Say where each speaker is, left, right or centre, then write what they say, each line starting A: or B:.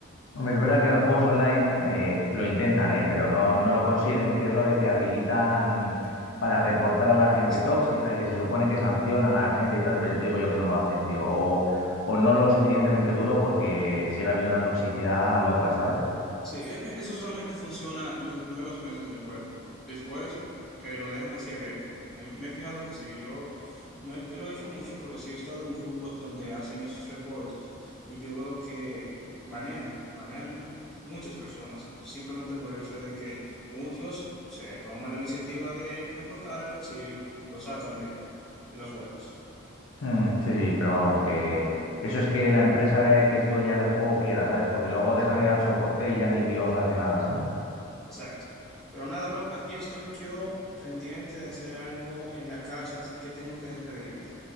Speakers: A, on the left; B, in the centre.
A: Hombre, es verdad que en los juegos online eh, lo intentan, ¿eh? Pero no, no lo consiguen, que es lo de que habilitan para reportar a la gente
B: Sí,
A: tóxica y que se supone que sancionan a la gente y tal, pero ya te digo yo que no lo hacen, tío. O, o no lo suficientemente duro porque sigue habiendo una toxicidad loca, ¿sabes?
B: Sí, e- e- eso solamente funciona los primeros meses del juego. Después eh, lo dejan así abierto. Porque me he fijado que si yo, no es que lo he hecho mucho, pero sí he estado en grupos donde hacen esos reportes y yo veo que banean, banean muchas personas, simplemente por el hecho de que muchos se toman la iniciativa de reportarlo si lo sacan de, de los juegos.
A: Mm, sí, sí, pero vamos, que eso es que la empresa eh, que es dueña del juego quiera, ¿sabes? Porque luego
B: Sí.
A: dejan de dar soporte y ya ni Dios hace nada, ¿sabes?
B: Exacto. Pero nada, bro, aquí estoy yo pendiente de hacer algo en la casa, así que tengo que despedirme.